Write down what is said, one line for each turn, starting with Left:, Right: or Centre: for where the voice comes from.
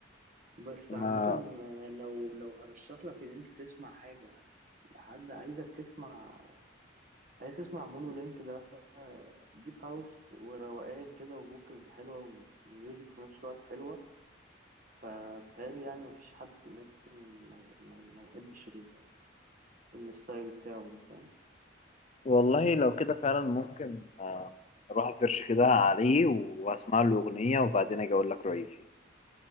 Right: بس
Left: ما
Right: عامة آه، لو لو هرشح لك ان انت تسمع حاجة لحد عايزك تسمع عايز تسمع مونو لينك ده ديب هاوس وروقان كده وفوكالز حلوة وميوزك في نفس الوقت حلوة فبتهيألي يعني مفيش حد ممكن ما, ي- ما, ي- ما يحبش ال... الستايل بتاعه ده فاهم
Left: والله لو كده فعلا ممكن آه، اروح اسيرش كده عليه واسمع له اغنيه وبعدين اجي اقول لك رايي فيه